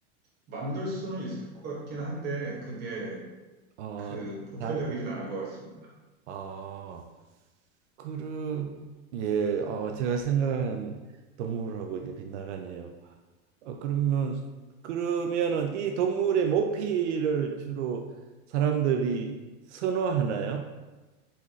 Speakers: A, on the right (about 30°); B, on the right (about 85°).
A: 만들 수는 있을 것 같긴 한데, 그게
B: 어,
A: 그 보편적이진
B: 잘,
A: 않은 것 같습니다.
B: 아, 그러, 예, 어, 제가 생각한 동물하고 이제 빗나가네요. 어, 그러면 그러면은 이 동물의 모피를 주로 사람들이 선호하나요?